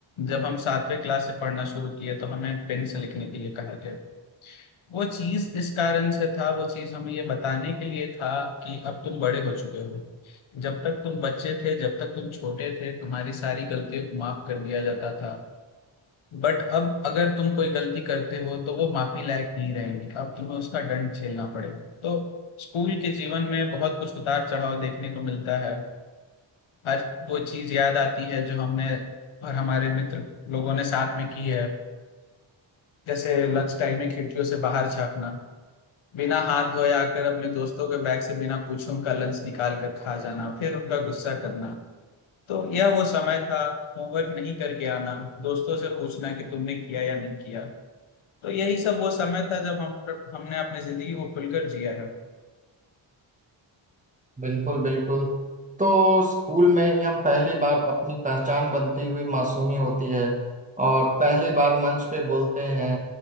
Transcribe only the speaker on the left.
जब हम सातवें क्लास से पढ़ना शुरू किए तो हमें पेन से लिखने के लिए कहा गया वो चीज इस कारण से था वो चीज हमें ये बताने के लिए था कि अब तुम बड़े हो चुके हो जब तक तुम बच्चे थे जब तक तुम छोटे थे तुम्हारी सारी गलतियों को माफ कर दिया जाता था बट अब अगर तुम कोई गलती करते हो तो वो माफी लायक नहीं रहेंगी अब तुम्हें उसका दंड झेलना पड़ेगा तो स्कूल के जीवन में बहुत कुछ उतार चढ़ाव देखने को मिलता है हर वो चीज याद आती है जो हमने और हमारे मित्र लोगों ने साथ में की है जैसे लंच टाइम में खिड़कियों से बाहर झांकना बिना हाथ धोए आकर अपने दोस्तों के बैग से बिना पूछे उनका लंच निकाल कर खा जाना फिर उनका गुस्सा करना तो यह वो समय था होमवर्क नहीं करके आना दोस्तों से पूछना कि तुमने किया या नहीं किया तो यही सब वो समय था जब हम हमने अपनी जिंदगी को खुलकर जिया है